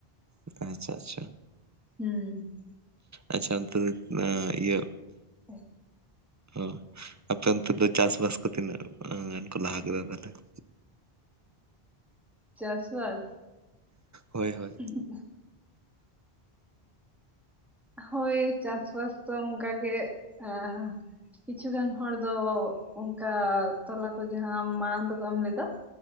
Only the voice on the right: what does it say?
ᱟᱪᱪᱷᱟ ᱟᱪᱪᱷᱟ ᱾
ᱟᱪᱪᱷᱟ ᱚᱱᱛᱮ ᱫᱚ ᱟᱸ ᱤᱭᱟᱹ
ᱚ, ᱟᱯᱮ ᱚᱱᱛᱮ ᱫᱚ ᱪᱟᱥᱵᱟᱥ ᱠᱚ ᱛᱤᱱᱟᱹᱜ ᱜᱟᱱ ᱠᱚ ᱞᱟᱦᱟ ᱠᱮᱫᱟ ᱛᱟᱦᱞᱮ? <inaudible>
ᱦᱳᱭ ᱦᱳᱭ